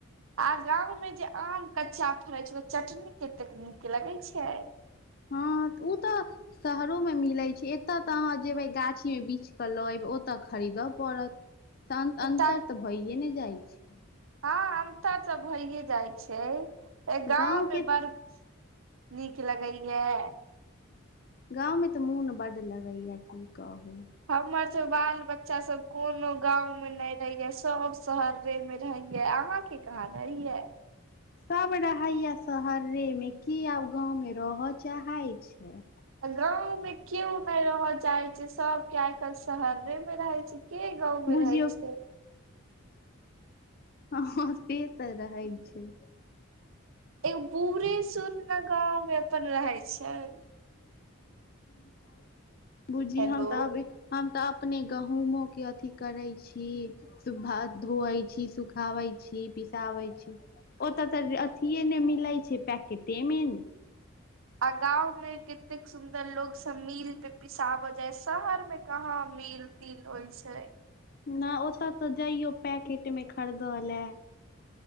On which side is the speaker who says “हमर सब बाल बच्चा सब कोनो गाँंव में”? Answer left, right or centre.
Right